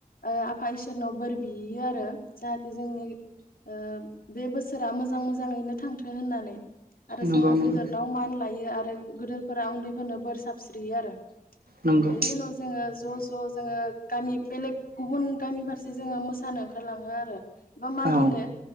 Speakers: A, on the left (about 75°); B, on the right (about 75°).
A: ओ आफा इसोरनाव बोर बियैयो आरो। जाहाथे जोंनि ओ बे बोसोरा मोजां मोजाङैनो थांथों होननानै। आरो जोङो
B: नंगौ नंगौ
A: गोदोरनाव लायो आरो गोदोरफोरा उन्दैफोरनो बोर साबस्रियो आरो।
B: नंगौ
A: बेनि उनाव जोङो ज' ज' जोङो गामि बेलेक गुबुन गामि फारसे जोङो मोसानो ओंखारलाङो आरो। एबा मागिनो
B: औ